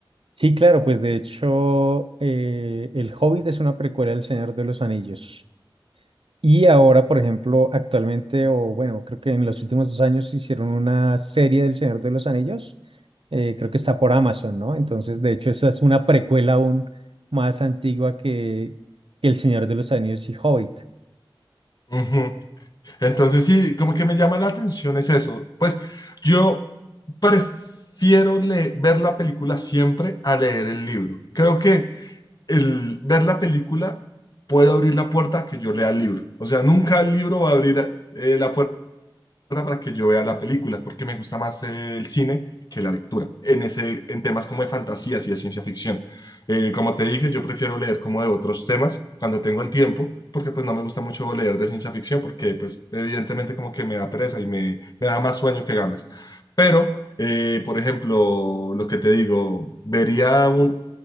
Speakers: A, on the right; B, on the left.
A: Sí, claro, pues de hecho, eh, El Hobbit es una precuela del Señor de los Anillos. Y ahora, por ejemplo, actualmente, o bueno, creo que en los últimos dos años hicieron una serie del Señor de los Anillos. eh, creo que está por Amazon, ¿no? Entonces, de hecho, esa es una precuela aún más antigua que, que El Señor de los Anillos y Hobbit.
B: Ujú. Entonces sí, como que me llama la atención es eso. Pues yo prefiero le- ver la película siempre a leer el libro. Creo que el ver la película puede abrir la puerta a que yo lea el libro. O sea, nunca el libro va a abrir eh, la puerta para que yo vea la película, porque me gusta más eh, el cine que la lectura, en, ese, en temas como de fantasías y de ciencia ficción. Eh, como te dije, yo prefiero leer como de otros temas cuando tengo el tiempo, porque pues no me gusta mucho leer de ciencia ficción, porque pues evidentemente como que me da pereza y me, me da más sueño que ganas. Pero, eh, por ejemplo, lo que te digo, vería un,